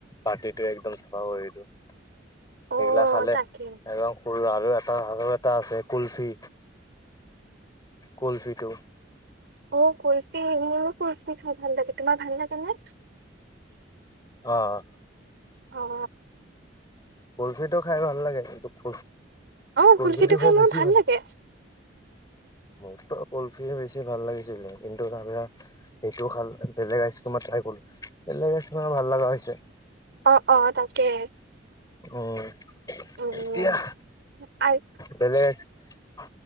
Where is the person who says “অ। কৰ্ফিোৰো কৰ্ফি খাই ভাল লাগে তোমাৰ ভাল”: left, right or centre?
Right